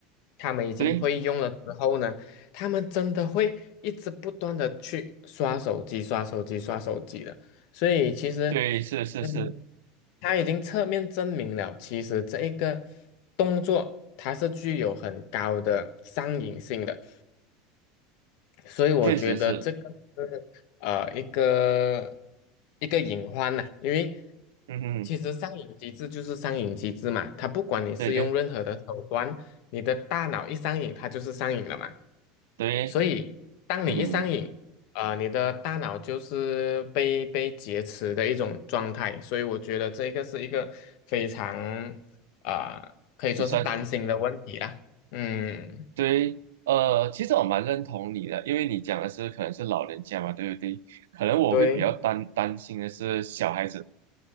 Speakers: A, on the left; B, on the right.
A: 他们已经会用了之后呢，
B: 对
A: 他们真的会一直不断的去刷手机、刷手机、刷手机的，所以其实。
B: 对是是是，
A: 嗯，他已经侧面证明了，其实这一个动作它是具有很高的上瘾性的，所以我觉得这个是呃一个
B: 确实是，
A: 一个隐患呐、因为
B: 嗯哼，
A: 其实上瘾机制就是上瘾机制嘛，它不管你是用任何的手段，
B: 对对
A: 你的大脑一上瘾，它就是上瘾了嘛。
B: 对，
A: 所以当你一上瘾，
B: 嗯，
A: 呃，你的大脑就是被被劫持的一种状态，所以我觉得这个是一个非常啊、呃可以说是担心的问题啦。
B: 你算是。
A: 嗯，
B: 对，呃，其实我蛮认同你的，因为你讲的是可能是老人家嘛，对不对？可能我会比较担担心的是小孩子，
A: 对